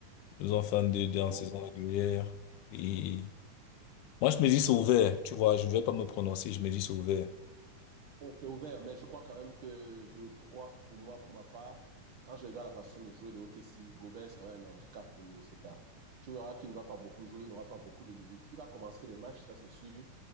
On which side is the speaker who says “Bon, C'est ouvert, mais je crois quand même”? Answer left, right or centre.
Right